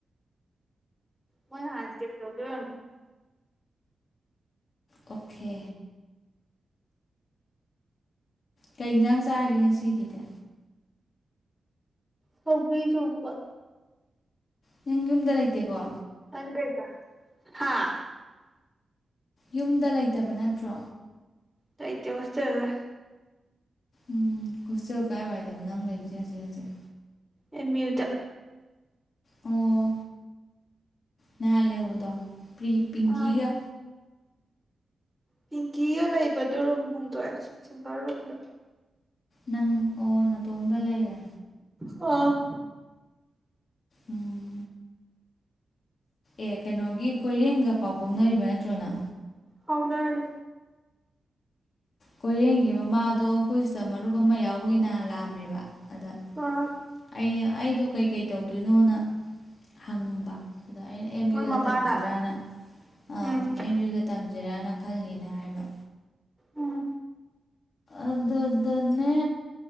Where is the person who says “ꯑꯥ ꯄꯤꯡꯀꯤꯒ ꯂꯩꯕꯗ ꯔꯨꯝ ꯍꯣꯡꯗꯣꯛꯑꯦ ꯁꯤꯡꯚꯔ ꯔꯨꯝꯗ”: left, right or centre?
Centre